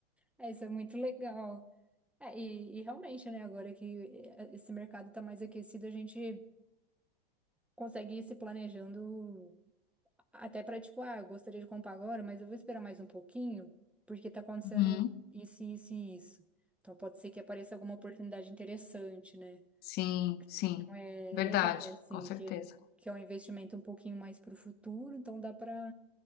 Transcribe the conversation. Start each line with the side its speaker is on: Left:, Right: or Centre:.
Centre: é, isso é muito legal. É, e, e realmente, né, agora que eh, esse mercado tá mais aquecido, a gente consegue ir se planejando Até pra, tipo, ah, eu gostaria de comprar agora, mas eu vou esperar mais um pouquinho, porque tá acontecendo
Left: Uhum.
Centre: isso, isso e isso. Então pode ser que apareça alguma oportunidade interessante, né?
Left: Sim, sim.
Centre: Então é
Left: Verdade,
Centre: legal, assim,
Left: com certeza.
Centre: que, que é um investimento um pouquinho mais pro futuro, então dá pra